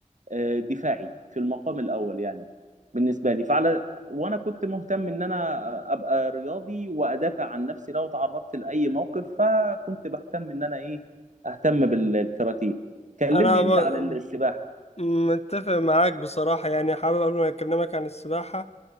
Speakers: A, on the right; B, on the left.
A: آه، دفاعي في المقام الاول يعني بالنسبه لي فعلى وانا كنت مهتم ان انا ابقى رياضي وادافع عن نفسي لو تعرضت لاي موقف فكنت بهتم ان انا ايه اهتم بالكاراتيه كلمني
B: انا
A: انت
B: ب...
A: عن السباحه
B: متفق معاك بصراحة يعني حابب قبل ما اكلمك عن السباحة